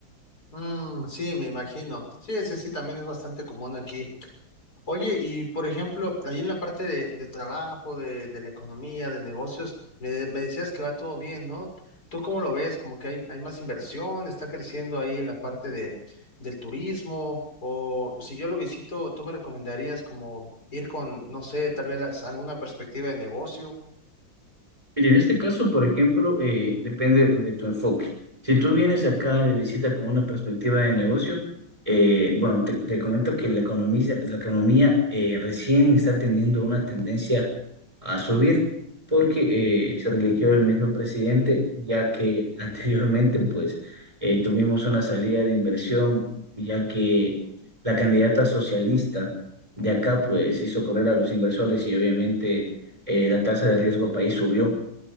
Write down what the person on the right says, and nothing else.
Mire, en este caso, por ejemplo, eh, depende de tu enfoque. Si tú vienes acá de visita con una perspectiva de negocio, eh, bueno, te, te comento que la economía, la economía eh, recién está teniendo una tendencia a subir porque eh, se religió el mismo presidente, ya que <laughs> anteriormente, pues, eh, tuvimos una salida de inversión, ya que la candidata socialista de acá, pues, hizo correr a los inversores y obviamente eh, la tasa de riesgo país subió